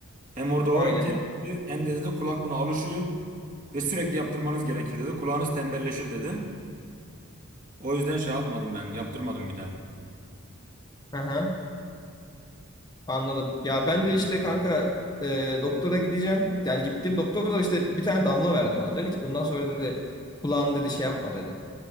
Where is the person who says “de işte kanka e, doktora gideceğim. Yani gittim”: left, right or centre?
Left